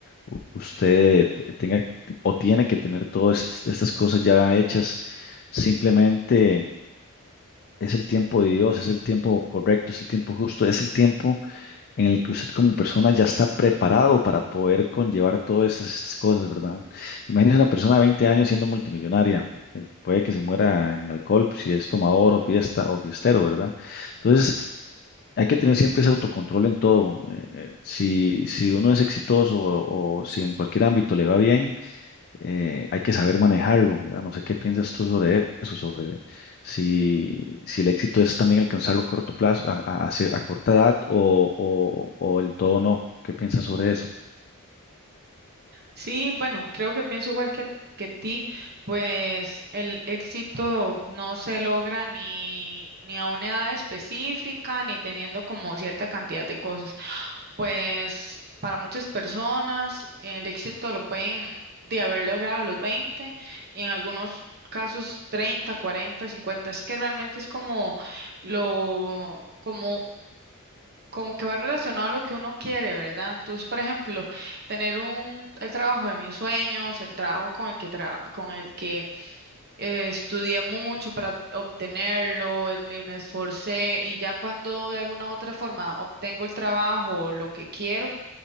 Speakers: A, on the left (about 45°); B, on the right (about 45°).
A: u- usted te- tenga o tiene que tener todas est- estas cosas ya hechas. Simplemente es el tiempo de Dios, es el tiempo correcto, es el tiempo justo, es el tiempo en el que usted como persona ya está preparado para poder conllevar todas estas, estas cosas, ¿verdad? Imagínese una persona de 20 años siendo multimillonaria. eh, Puede que se muera en alcohol, pues, si es tomador o fiesta o fiestero, ¿verdad? Entonces, hay que tener siempre ese autocontrol en todo. eh, eh, si, si uno es exitoso o, o si en cualquier ámbito le va bien, eh, hay que saber manejarlo, ¿verdad? No sé qué piensas tú sobre eso, sobre si, si el éxito es también alcanzarlo a corto plazo, a, a- a cier- a corta edad o, o, o el todo no. ¿Qué piensas sobre eso?
B: Sí, bueno, creo que pienso igual que, que ti, pues el éxito no se logra ni, ni a una edad específica, ni teniendo como cierta cantidad de cosas. Pues para muchas personas el éxito lo pueden de haber logrado a los 20 y en algunos casos 30, 40, 50. Es que realmente es como lo, como como que va relacionado a lo que uno quiere, ¿verdad? Entonces, por ejemplo, tener un, el trabajo de mis sueños, el trabajo con el que, tra- con el que eh, estudié mucho para obtenerlo, el- eh, me esforcé y ya cuando de alguna u otra forma obtengo el trabajo, o lo que quiero,